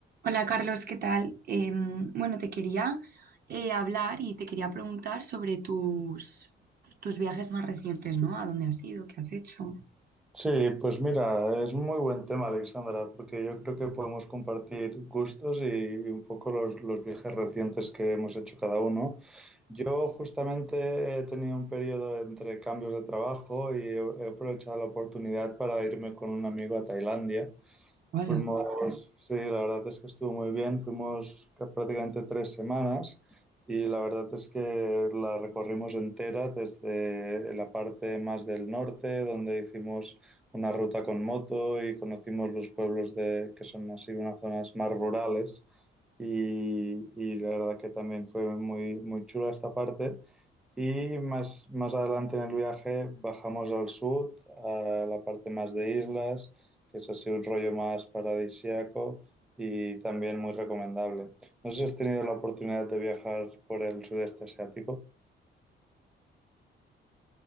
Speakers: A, on the right (about 50°); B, in the centre.
A: Hola Carlos, ¿qué tal? Em, bueno, te quería eh, hablar y te quería preguntar sobre tus, tus viajes más recientes, ¿no? ¿A dónde has ido? ¿Qué has hecho?
B: Sí, pues mira, es muy buen tema, Alexandra, porque yo creo que podemos compartir gustos y, un poco los, los viajes recientes que hemos hecho cada uno. Yo justamente he tenido un periodo entre cambios de trabajo y he he aprovechado la oportunidad para irme con un amigo a Tailandia. Vale.
A: Hola.
B: Fuimos, sí, la verdad es que estuvo muy bien, fuimos ca- prácticamente tres semanas y la verdad es que la recorrimos entera desde la parte más del norte, donde hicimos una ruta con moto y conocimos los pueblos de, que son así unas zonas más rurales y, y la verdad que también fue muy, muy chula esta parte. Y más, más adelante en el viaje bajamos al sur, a la parte más de islas, que es así un rollo más paradisíaco y también muy recomendable. No sé si has tenido la oportunidad de viajar por el sudeste asiático,